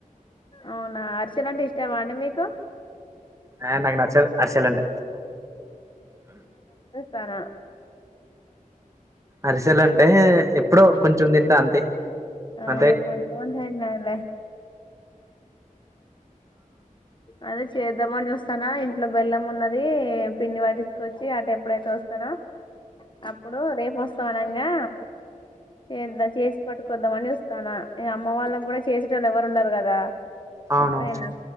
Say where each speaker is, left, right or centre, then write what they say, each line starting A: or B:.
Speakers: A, on the left; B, on the right.
A: అవునా అర్చన అంటే ఇష్టమా అండి మీకు
B: ఆ నాకు నచ్చల్ అలంట
A: తన
B: అరిసెల్ అంటే ఎప్పుడుో కొంచెం తింటా అంతే
A: ఆ
B: అంతే
A: కొంచమంన్నాాల అదే చేద్దామ అని చూస్తానా ఇంట్లో బెల్లం ఉన్నది పిండి వాటిసుకొచ్చి అట ఎప్పుడైతే వస్తానా అప్పుడు రేపు వస్త పోోనాంగా చేందా చేసి పటు కొద్ంతమంది వస్తానా ఇక అమ్మ వాళ్ళకి కూడా చేసేటళ్ళు ఎవరు ఉండరు కదా
B: అవును
A: ఎప్పుడైనా